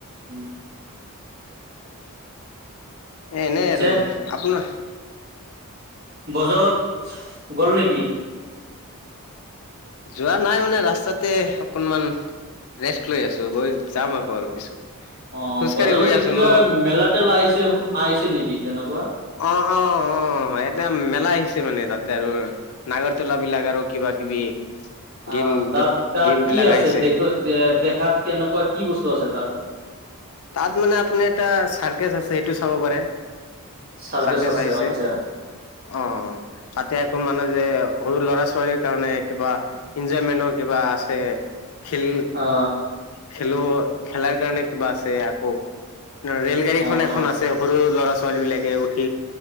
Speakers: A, on the right (about 45°); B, on the left (about 70°).
A: উম
B: এ এনেই
A: পিছে
B: আৰু মানে আপোনাৰ
A: বজত গ'ল নেকি
B: যোৱা নাই মানে ৰাস্তাতে অকনমান ৰেষ্ট লৈ আছো গৈ যাম আকৌ আৰু পিছত
A: অ
B: খোজকাঢ়ি
A: বজাৰতে
B: গৈ আছো
A: কিবা
B: ন
A: মেলা তেলা আহিছে আহিছে নেকি তেনেকুৱা
B: অ অ অ এতিয়া মেলা আহিছে মানে তাতে আৰু নাগৰ তলা বিলাক আৰু কিবা কিবি গেম
A: অ তাত তাত
B: গেম
A: কি
B: বিলাক
A: আছে
B: আহিছে
A: দেখ দেখাত কেনেকুৱা কি বস্তু আছে তাত
B: তাত মানে আপুনি এটা চাৰ্কেচ আছে সেইটো চাব পাৰে
A: চাৰ্কাছ
B: চাৰকেছ
A: আছে
B: আহিছে
A: আচ্ছা
B: অ তাতে অকণমান আপোনাৰ যে সৰু লৰা ছোৱালীৰ কাৰণে কিবা এঞ্জয়মেনৰ কিবা আছে খেল
A: অ
B: খেলো খেলাৰ কাৰণে কিবা আছে আকৌ, ৰেল গাড়ী
A: অ
B: খন এখন
A: অ
B: আছে সৰু ল'ৰা ছ ছোৱালী বিলাকে উঠি